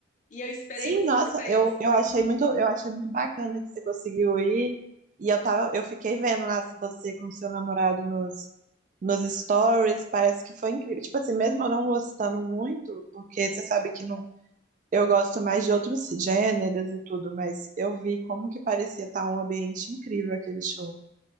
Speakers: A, on the left (about 40°); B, on the right (about 40°).
A: E eu esperei
B: Sim,
A: muito
B: nossa,
A: para eles
B: eu, eu achei muito, eu achei muito bacana que você conseguiu ir. E eu tava, eu fiquei vendo lá você com seu namorado nos, nos stories, parece que foi incrível. Tipo assim, mesmo eu não gostando muito, porque você sabe que não, eu gosto mais de outros gêneros e tudo, mas eu vi como que parecia estar um ambiente incrível aquele show.